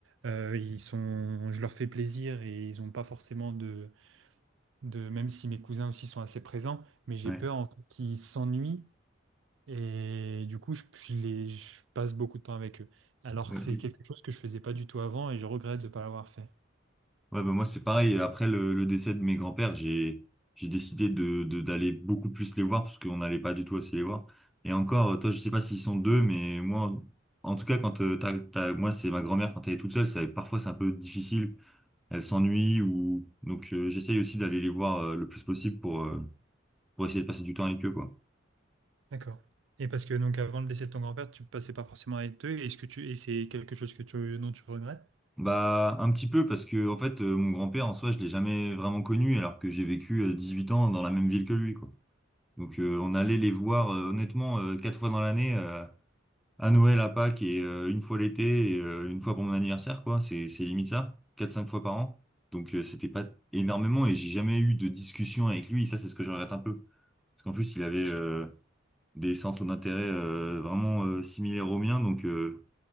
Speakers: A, on the right (about 75°); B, in the centre.
A: euh, ils sont, je leur fais plaisir et ils n'ont pas forcément de, de, même si mes cousins aussi sont assez présents, mais j'ai
B: Ouais.
A: peur en fait, qu'ils s'ennuient et du coup je, je les, je passe beaucoup de temps avec eux. Alors
B: Ouais.
A: que c'est quelque chose que je faisais pas du tout avant et je regrette de ne pas l'avoir fait.
B: Ouais, bah moi c'est pareil. Après le, le décès de mes grands-pères, j'ai j'ai décidé de de- d'aller beaucoup plus les voir parce qu'on n'allait pas du tout assez les voir. Et encore, euh, toi, je sais pas s'ils sont deux, mais moi, en en tout cas, quand euh, t'as, t'as- moi c'est ma grand-mère quand elle est toute seule, c'est parfois c'est un peu difficile. Elle s'ennuie ou donc euh, j'essaye aussi d'aller les voir euh, le plus possible pour euh, pour essayer de passer du temps avec eux quoi.
A: D'accord. Et parce que donc avant le décès de ton grand-père, tu passais pas forcément avec eux. Est-ce que tu et c'est quelque chose que tu dont tu regrettes?
B: Bah un petit peu parce que en fait euh, mon grand-père en soi je l'ai jamais vraiment connu alors que j'ai vécu euh, 18 ans dans la même ville que lui quoi. Donc euh, on allait les voir euh, honnêtement euh, quatre fois dans l'année, euh, à Noël, à Pâques et euh, une fois l'été et euh, une fois pour mon anniversaire, quoi. C'est c'est limite ça, quatre cinq fois par an. Donc euh, c'était pas énormément et j'ai jamais eu de discussion avec lui. Ça c'est ce que je regrette un peu, parce qu'en plus il avait euh, des centres d'intérêt euh, vraiment euh, similaires aux miens. Donc euh,